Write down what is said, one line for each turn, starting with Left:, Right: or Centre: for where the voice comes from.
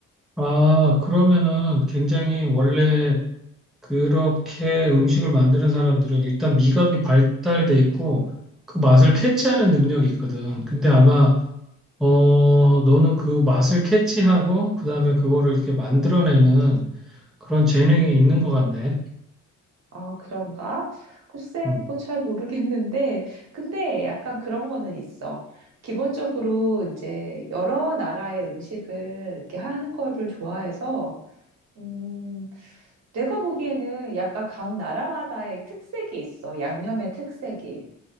Centre: 아, 그러면은 굉장히 원래 그렇게 음식을 만드는 사람들은 일단 미각이 발달돼 있고 그 맛을 캐치하는 능력이 있거든. 근데 아마 어 너는 그 맛을 캐치하고 그다음에 그거를 이렇게 만들어내는 그런 재능이 있는 것 같네.
Right: 아, 그런가? 글쎄,
Centre: 음.
Right: 그건 잘 모르겠는데, 근데 약간 그런 거는 있어. 기본적으로 이제 여러 나라의 음식을 이렇게 하는 거를 좋아해서, 음, 내가 보기에는 약간 각 나라마다의 특색이 있어. 양념의 특색이.